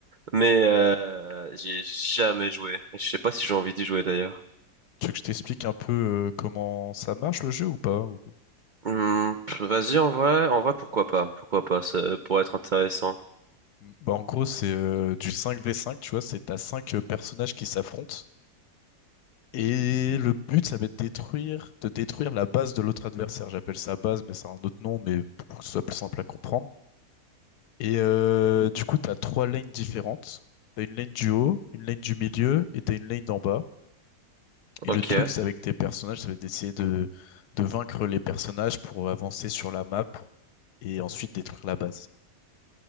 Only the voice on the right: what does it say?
Mais, euh, j'y ai jamais joué. Et je sais pas si j'ai envie d'y jouer d'ailleurs.
Hmm, pff, vas-y, en vrai, en vrai, pourquoi pas? Pourquoi pas? Ça pourrait être intéressant.
Ok.